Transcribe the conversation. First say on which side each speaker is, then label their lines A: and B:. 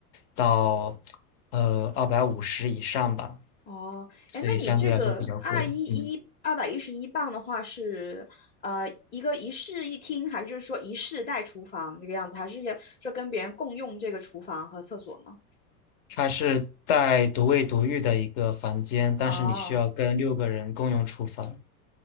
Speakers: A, on the left; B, on the left.
A: 到呃二百五十以上吧，
B: 哦，
A: 所以相对来说比较贵。
B: 哎，那你这个二一一二百一十一磅的话是，
A: 嗯。
B: 呃，一个一室一厅，还是就是说一室带厨房这个样子，还是要说跟别人共用这个厨房和厕所呢？
A: 它是带独卫独浴的一个房间，但是你需要跟六个人共用厨房。
B: 哦，